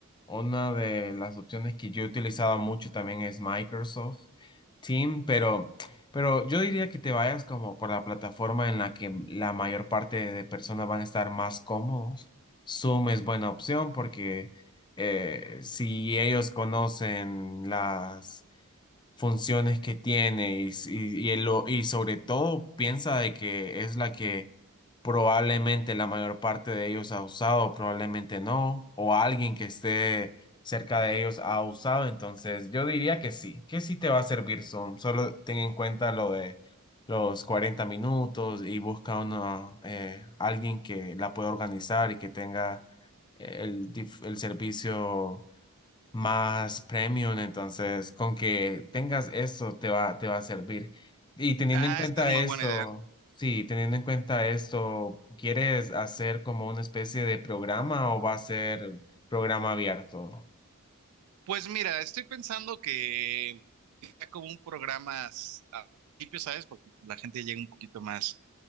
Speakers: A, on the left; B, on the right.
A: una de las opciones que yo he utilizado mucho también es Microsoft Team, pero, pero yo diría que te vayas como por la plataforma en la que la mayor parte de personas van a estar más cómodos. Zoom es buena opción porque eh, si ellos conocen las funciones que tiene y, s- y, y, él lo- y sobre todo piensa de que es la que probablemente la mayor parte de ellos ha usado, probablemente no, o alguien que esté cerca de ellos ha usado, entonces yo diría que sí, que sí te va a servir Zoom, solo ten en cuenta lo de los 40 minutos y busca una, eh, alguien que la pueda organizar y que tenga eh, el, dif- el servicio más premium, entonces con que tengas eso te va, te va a servir. Y teniendo
B: Ah,
A: en cuenta
B: esta es muy
A: esto,
B: buena idea.
A: sí, teniendo en cuenta esto, ¿quieres hacer como una especie de programa o va a ser programa abierto?
B: Pues mira, estoy pensando que, que sea como un programa s- al principio, ¿sabes? Porque la gente llega un poquito más,